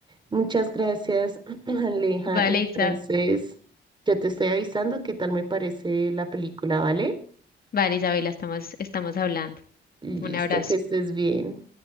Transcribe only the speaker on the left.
Vale,
Isa-
vale, Isabela, estamos, estamos hablando.
Un abrazo.